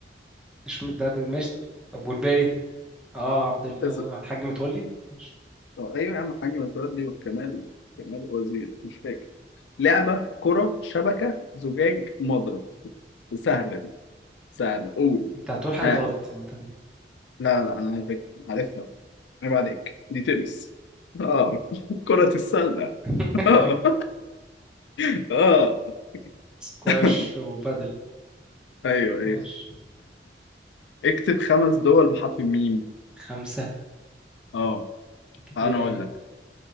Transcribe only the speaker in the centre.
مش ده ب- ماشي طب طب والباقي اه عبد ال-
الحاج متولي مش.
انت هتقول حاجة
غلط عامة.
<laughs>
سكواش
وبادل
ماشي
خمسة
كتير
أوي